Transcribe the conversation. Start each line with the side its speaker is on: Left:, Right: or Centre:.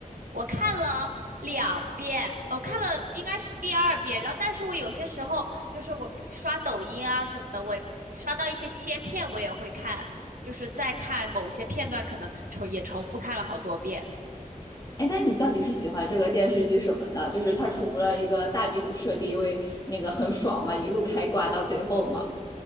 Right: 我看了两遍，我看了应该是第二遍，然后但是我有些时候就是我刷抖音啊什么的，我刷到一些切片，我也会看，就是在看某些片段，可能重也重复看了好多遍。
Left: 哎，那你到底是喜欢这个电视剧什么呢？就是它除了一个大女主设定，因为那个很爽嘛，一路开挂到最后嘛。